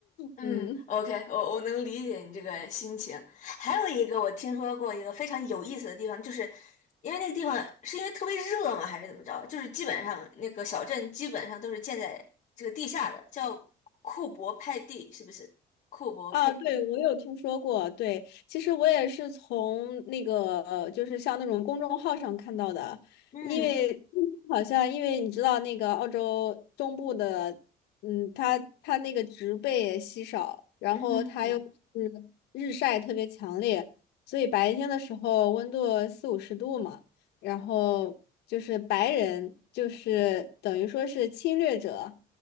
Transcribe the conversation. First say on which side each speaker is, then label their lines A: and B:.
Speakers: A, on the left (about 45°); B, on the left (about 80°).
A: 嗯，OK，
B: 嗯。
A: 我我能理解你这个心情。还有一个我听说过一个非常有意思的地方，就是因为那个地方是因为特别热吗，还是怎么着？就是基本上那个小镇基本上都是建在这个地下的，叫库珀派蒂，是不是？库珀佩蒂。
B: 啊，对，我有听说过。对，其实我也是从那个，呃就是像那种公众号上看到的，
A: 嗯
B: 因为好像因为你知道那个澳洲中部的，嗯，它它那个植被也稀少，然后它又是日晒特别强烈，
A: 嗯嗯。
B: 所以白天的时候温度四五十度嘛，然后就是白人就是等于说是侵略者，